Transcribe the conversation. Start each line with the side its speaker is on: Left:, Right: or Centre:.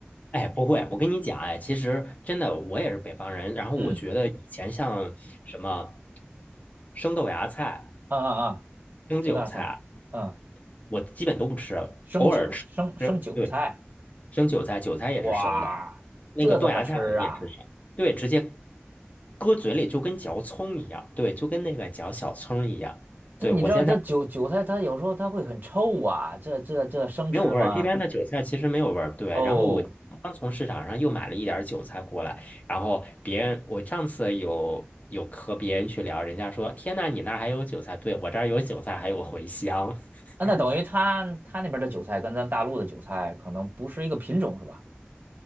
Left: 哎，不会，我跟你讲，哎，其实真的我也是北方人，然后我觉得以前像什么
Right: <laughs> 嗯，
Left: 生豆芽菜、
Right: 啊啊啊，
Left: 生韭菜。
Right: 酸辣菜，嗯，
Left: 我基本都不吃，
Right: 生韭生生韭菜，
Left: 偶尔吃。吃，对，生韭菜，韭菜也是生的，
Right: 哇，
Left: 那个豆芽菜我们也是生，
Right: 这怎么吃啊？
Left: 对，直接搁嘴里就跟嚼葱一样，对，就跟那个嚼小葱一样。
Right: 这你知道这韭韭菜它有时候它会很臭啊，
Left: 对，我现在
Right: 这这这生吃吗？
Left: 没有味儿，这边的韭菜其实没有味儿。对，
Right: 哦，
Left: 然后我刚从市场上又买了一点儿韭菜过来，然后别人我上次有有和别人去聊，人家说：“天呐，你那儿还有韭菜？”对，我这儿有韭菜，还有茴香。
Right: 啊那等于它它那边的韭菜跟咱大陆的韭菜可能不是一个品种是吧？
Left: <laughs>